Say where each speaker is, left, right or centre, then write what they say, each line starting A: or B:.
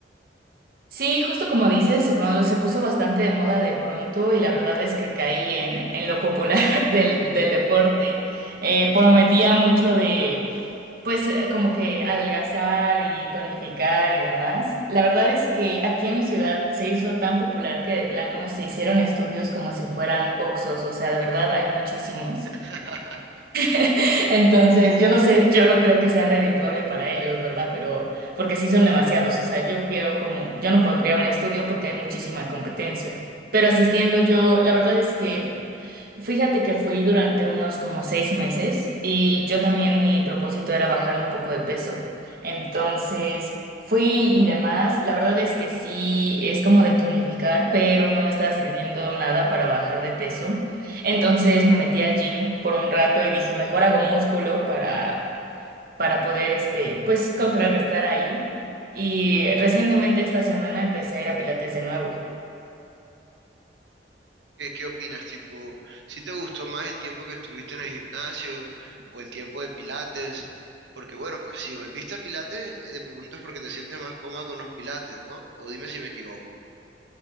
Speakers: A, on the right (about 55°); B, on the right (about 80°).
A: Sí, justo como dices, se, pro- se puso bastante de moda de pronto y la verdad es que caí en, en lo popular <laughs> del, del deporte. Eh, prometía mucho de, pues, eh, como que adelgazar y tonificar y demás. La verdad es que aquí en mi ciudad se hizo tan popular que de plano se hicieron estudios como si fueran oxos, o sea, de verdad hay muchísimos.
B: <laughs>
A: <laughs> Entonces, yo no sé, yo no creo que sea redituable para ellos, ¿verdad? Pero porque sí son demasiados, o sea, yo veo como, yo no podría un estudio porque hay muchísima competencia. Pero asistiendo yo, la verdad es que... Fíjate que fui durante unos como seis meses y yo también mi propósito era bajar un poco de peso. Entonces fui y demás. La verdad es que sí, es como de tonificar, pero no me estaba sirviendo nada para bajar de peso. Entonces me metí al gym por un rato y dije, mejor hago músculo para, para poder, este, pues, contrarrestar ahí. Y recientemente esta semana empecé a ir a Pilates de nuevo.
B: ¿Qué, qué opinas? Tipo, si te gustó más el tiempo que estuviste en el gimnasio o el tiempo de Pilates? Porque bueno, pues si volviste a Pilates, eh, de pronto es porque te sientes más cómoda con los Pilates, ¿no? O dime si me equivoco.